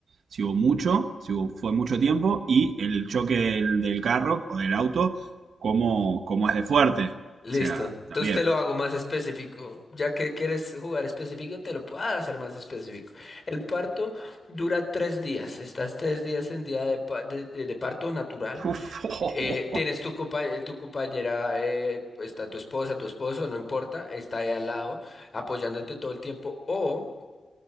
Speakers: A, on the right; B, on the left.
A: Si hubo mucho, si hubo- fue mucho tiempo, y el choque del, del carro o del auto, ¿cómo, cómo es de fuerte?
B: Listo.
A: O sea,
B: Entonces
A: también.
B: te lo hago más específico. Ya que quieres jugar específico, te lo puedo hacer más específico. El parto dura tres días. Estás tres días en día de, pa- de- de- de parto natural.
A: Uf, <laughs>
B: Eh, tienes tu, compa- eh, tu compañera, eh, está tu esposa, tu esposo, no importa, está ahí al lado apoyándote todo el tiempo. O